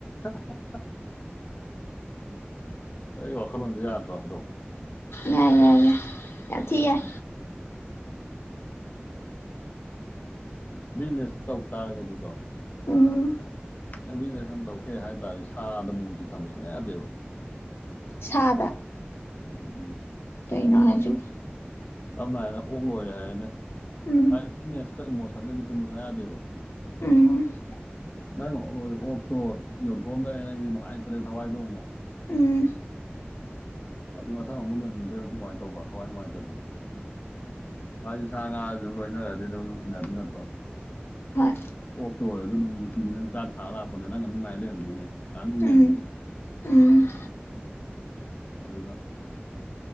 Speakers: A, on the left; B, on the left.
A: ꯑꯍ ꯑꯍ ꯑꯍ ꯑꯩ ꯋꯥꯈꯜꯂꯣꯟꯖꯦ ꯌꯥꯗ꯭ꯔꯣ ꯑꯗꯨꯝ
B: ꯌꯥꯏ ꯌꯥꯏ ꯌꯥꯏ ꯌꯥꯝ ꯊꯤ ꯌꯥꯏ
A: ꯕꯤꯖꯤꯅꯦꯁ ꯇꯧꯇꯥꯔꯒꯗꯤꯀꯣ
B: ꯎꯝ
A: ꯅꯪ ꯕꯤꯖꯤꯅꯦꯁ ꯑꯝ ꯇꯧꯒꯦ ꯍꯥꯏꯇꯥꯔꯗꯤ ꯁꯥꯗ ꯃꯤꯅꯨꯡꯁꯤ ꯊꯝꯕ ꯁꯨꯡꯌꯥ ꯌꯥꯗꯦꯕ
B: ꯁꯥꯗ
A: ꯎꯝ
B: ꯀꯩꯩꯅꯣ ꯍꯥꯏꯖꯤꯕꯨ
A: ꯁꯝꯅ ꯍꯥꯏꯅ ꯑꯣꯛ ꯂꯣꯏꯔꯦ ꯍꯥꯏꯔꯦꯅꯦ
B: ꯎꯝ
A: ꯍꯥꯏ ꯕꯤꯖꯤꯅꯦꯁꯀ ꯏꯃꯣꯁꯟꯒꯗꯤ ꯄꯨꯟꯕ ꯁꯨꯡꯌꯥ ꯌꯥꯗꯦꯕ
B: ꯎꯝ
A: ꯅꯪ ꯂꯣꯏꯔꯤ ꯑꯣꯛꯇꯣ ꯌꯣꯟꯊꯣꯛꯑꯝꯗꯥꯏ ꯅꯪꯖꯤ ꯅꯨꯡꯉꯥꯏꯇ꯭ꯔꯦ ꯊꯋꯥꯏꯗꯣ ꯑꯃꯨꯛ
B: ꯎꯝ
A: ꯑꯗꯨ ꯃꯊꯪ ꯑꯃꯨꯛ ꯂꯣꯏꯅꯤꯡꯗ꯭ꯔꯗꯤ ꯀꯃꯥꯏꯟ ꯇꯧꯕ ꯊꯋꯥꯏ ꯅꯨꯡꯉꯥꯏꯇꯗꯅ ꯍꯥꯏꯗꯤ ꯁꯥ ꯉꯥꯖꯤ ꯑꯗꯨꯝ ꯂꯣꯏꯅꯔꯗꯤ ꯑꯗꯨꯝ ꯅꯨꯡꯁꯤꯅꯗꯣꯏ ꯅꯠꯇ꯭ꯔꯣ
B: ꯍꯣꯏ
A: ꯑꯣꯛꯇꯨ ꯑꯣꯏꯔꯖꯨ ꯑꯗꯨꯝ ꯅꯨꯡꯇꯤꯒꯤ ꯅꯪ ꯆꯥꯛ ꯊꯥ ꯂꯥꯛꯄꯗ ꯅꯪ ꯑꯗꯨꯝ ꯉꯥꯏꯔ ꯂꯩꯔꯝꯗꯣꯏꯅꯦ ꯉꯥꯅꯨ ꯌꯦꯟꯗꯣ
B: ꯎꯝ ꯎꯝ
A: ꯑꯗꯨꯅ